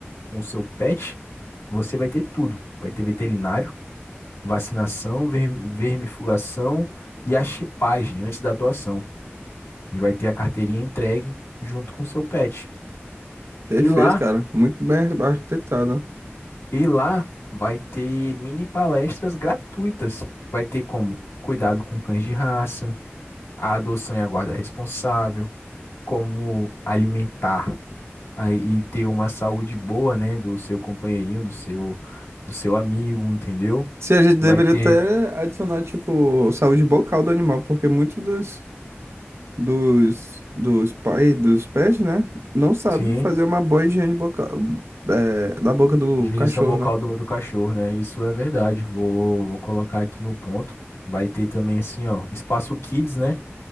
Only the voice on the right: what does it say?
Perfeito,
cara. Muito bem arquitetado.
Se a gente
deveria
até adicionar, tipo, saúde bucal do animal, porque muitos dos, dos, dos pais, dos pets, né, não sabe
fazer uma boa higiene bucal, é, da boca do
cachorro,
né?